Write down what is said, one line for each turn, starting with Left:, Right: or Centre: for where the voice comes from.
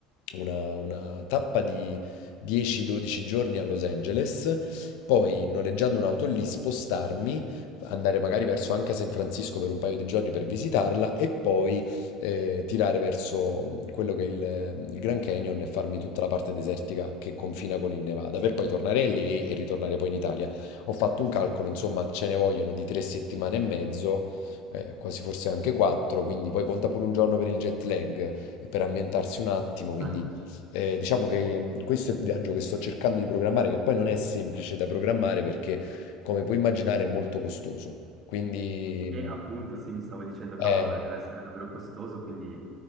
Left: una- una tappa di 10-12 giorni a Los Angeles, poi noleggiando un'auto lì, spostarmi, andare magari verso anche San Francisco per un paio di giorni per visitarla e poi eh, tirare verso mh, quello che è il, il Grand Canyon e farmi tutta la parte desertica che confina con il Nevada, per poi tornare lì e ritornare poi in Italia. Ho fatto un calcolo, insomma, ce ne vogliono di tre settimane e mezzo eh, quasi forse anche quattro, quindi poi conta pure un giorno per il jet lag e per ambientarsi un attimo, quindi
Right: Eh,
Left: eh, diciamo che mh, questo è il viaggio che sto cercando di programmare, che poi non è semplice da programmare perché, come puoi immaginare, è molto costoso. Quindi,
Right: E
Left: mh,
Right: appunto, sì, mi stavo dicendo, cavolo,
Left: eh,
Right: eh, deve essere davvero costoso, quindi <laughs>